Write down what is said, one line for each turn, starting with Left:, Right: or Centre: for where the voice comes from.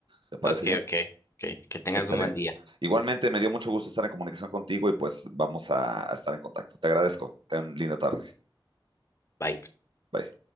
Right: ¿Te parece
Left: Ok,
Right: bien?
Left: ok, ok. Que tengas
Right: Excelente.
Left: un buen día.
Right: Igualmente, me dio mucho gusto estar en comunicación contigo y pues vamos a, a estar en contacto. Te agradezco. Ten linda tarde.
Left: Bye.
Right: Bye.